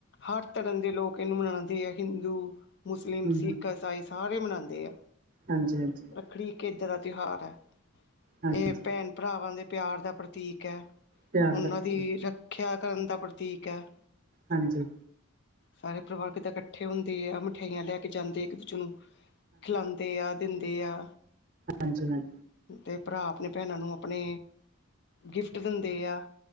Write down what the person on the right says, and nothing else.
ਹੂੰ
ਹਾਂਜੀ ਹਾਂਜੀ
ਹਾਂਜੀ
ਹਾਂਜੀ
ਧਿਆਨ
ਦਾ ਤੁ
ਹਾਂਜੀ
ਹਾਂਜੀ ਹਾਂਜੀ